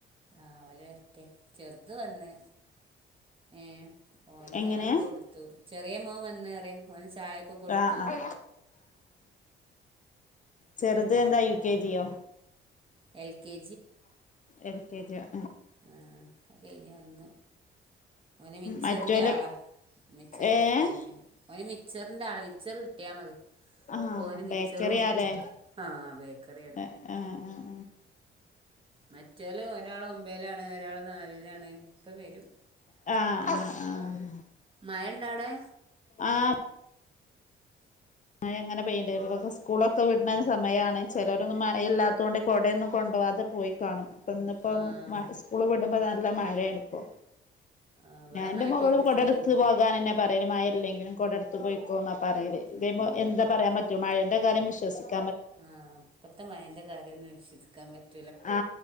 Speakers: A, on the right (about 25°); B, on the left (about 40°).
A: ആല്ത് ചെറുത്തെ വന്ന് ഏ ഓന്
B: എങ്ങനെ
A: ചായൊക്കെ കൊടുത്തു ചെറിയ മോൻ വന്ന് പറയും ഓന് ചായൊക്കെ കൊടുത്തു
B: ആഹ് ആഹ് ചെറുതെ എന്താ U K G
A: L K
B: ഏ കേജി ആ
A: ആ അതു കഴിഞ്ഞ് വന്നു ഓന് മിച്ചറിന്റെ
B: മറ്റോല്
A: ആളാ മിച്ചറു
B: ഏഹ്
A: കൊടുത്തു ഓന് ഓന് മിച് മി ച്ചറിന്റെ ആളെ മിച്ചറ് കിട്ടിയാൽ മതി
B: ആ
A: അപ്പോ ഓന് മിച്ചർ
B: ബേക്കറിയല്ലേ
A: കൊടുത്തു ആഹ് ബേക്കറിയാണ്
B: ഏ ആ ആ
A: മറ്റോല് ഒരാളെ ഒമ്പയിലാണ് ഒരാളെ നാലിലാണ് ഇപ്പ വരും
B: ആഹ് ആഹ് ആഹ്
A: മഴ താടാ
B: ആ മഴ ആങ്ങന പെയ്യന്റെനു ഇവർക്കു സ്കൂളൊക്കെ വിടുന്ന സമയമാണ് ചിലരൊന്നും മയയില്ലാത്തോണ്ട് കൊടയൊന്നും കൊണ്ടപോവാതെ പോയി കാണും ഇന്നിപ്പം
A: ആഹ്
B: മാ സ്കൂളു വിടുമ്പയാണ് നല്ല മഴയാണ് ഇപ്പം
A: ആഹ് ഇവിടെ
B: ഞാൻ എന്റെ
A: മഴ
B: മൊകളും
A: പെയ്ത്
B: കൊടെ
A: ചോർന്നു
B: ടുത്ത് പോകാനന്നെ പറ കരു മായയില്ലെങ്കിലും കൊടെടുത്തെ പോയിക്കോന്നാ പറയലെ
A: ഉം
B: വിബോ എന്താ പറയാൻ പറ്റുവോ മഴേന്റെ കാര്യം വിശ്വസിക്ക
A: ആ ഇപ്പത്തെ മായേന്റെ കാര്യം ഒന്നും വിശ്വസിക്കാൻ പറ്റ്
B: ആ